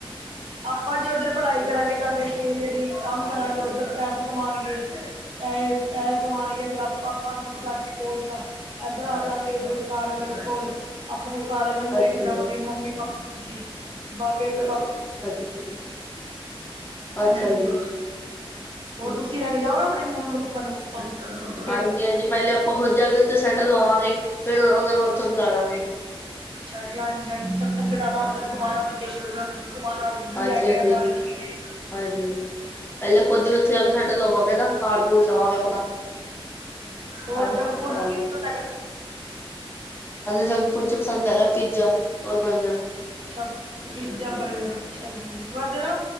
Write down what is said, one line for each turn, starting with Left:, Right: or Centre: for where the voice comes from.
Right: ਆਪਾਂ ਜੀ ਉੱਧਰ ਪੜ੍ਹਾਈ ਕਰਾਂਗੇ ਜਾ ਕੇ ਆਸਟ੍ਰੇਲੀਆ ਦੀ, ਕੰਮ ਕਰਾਂਗੇ ਉੱਧਰ ਪੈਸੇ ਕਮਾਉਣਗੇ। ਪੈਸੇ -ਪੈਸੇ ਕਮਾ ਗੇ ਆਪਾ, ਫੇਰ ਆਪਾਂ ਪੰਜ ਨੂੰ ਕਰਕੇ। ਫੋਰਸ ਦਾ ਏਧਰ ਆਜਾਗੇ, ਫਿਰ ਕਾਰ ਆਲਿਆਂ ਕੋਲ਼। ਆਪਾਂ ਫੇਰ ਘਰ ਆਲਿਆਂ ਨੂੰ ਲੈ
Left: ਅੱਛਾ
Right: ਕੇ ਜਾਂਵਾਂਗੇ, ਮੰਮੀ ਪਾਪਾ ਨੂੰ ਜੀ ਬਾਬੇ ਬੇਪ
Left: <unintelligible>
Right: ਹਾਂਜੀ,
Left: ਅੱਛਾ ਜੀ
Right: ਹੋਰ ਤੁਸੀਂ ਲ਼ੈ ਕੇ ਜਾਓ ਨਾ ਆਪਣੇਂ ਮੰਮੀ ਪਾਪਾਂ ਨੂੰ ਹਾਜੀ।
Left: ਹਾਂਜੀ -ਹਾਂਜੀ ਪਹਿਲੇ ਆਪਾਂ ਖੁਦ ਜਾ ਕੇ ਉੱਥੇ ਸੈਟਲ ਹੋਵਾਂਗੇ, ਫੇਰ ਉਹ ਉਹਨਾਂ ਨੂੰ ਉੱਥੋ ਬੁਲਾਲਗੇ।
Right: ਅੱਛਾ ਜੀ ਹਾਂਜੀ ਚੱਕਰ ਘਡਾਣਾ ਉੱਧਲ ਘੁੰਮਾਣਾ ਦੇਸ਼ ਮਤਲਬ ਘੁੰਮਾਨਾ। ਕੀ
Left: ਹਾਂਜੀ
Right: ਹੈ
Left: ਹਾਂਜੀ
Right: ਗਿਆਂ ਬਾਹਰ ਕੀਵੇਂ
Left: ਹਾਂਜੀ ਪਹਿਲੇ ਖੁੱਦ ਹੀ ਉੱਥੇ ਜਾਂ ਕੇ ਸੈਟਲ ਹੋਵਾਂਗੇ ਨਾ ਕਾਂਡ ਕੂਡ ਲਵਾਂਗੇ ਆਪਣਾਂ। <unintelligible>
Right: ਹੋਰ
Left: ਹਾਂਜੀ,
Right: ਜੰਕ ਫੂਡ ਚ ਕੀ ਪਸੰਦ ਹੈਗਾ
Left: ਜੰਕ ਫੂਡ ਚ ਪਸੰਦ ਹੈਗਾ ਪੀਜ਼ਾ ਔਰ ਬਥਗਰ।
Right: ਅੱਛਾ ਪੀਜ਼ਾਂ ਬਰਗਰ ਅੱਛਾ ਜੀ, ਵੈਸੇ ਨਾ